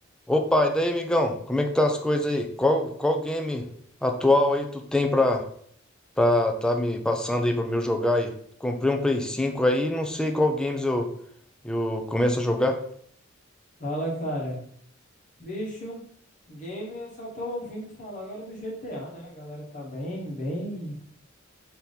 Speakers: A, in the centre; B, on the left (about 40°).
A: Opa, e daí, amigão? Como é que tá as coisas aí? Qual, qual game atual aí tu tem pra, pra tá me passando aí pra eu jogar aí? Comprei um Play 5 aí, não sei qual games eu, eu começo a jogar.
B: Fala, cara. Bicho, game eu só tô ouvindo falar agora do GTA, né? A galera tá bem, bem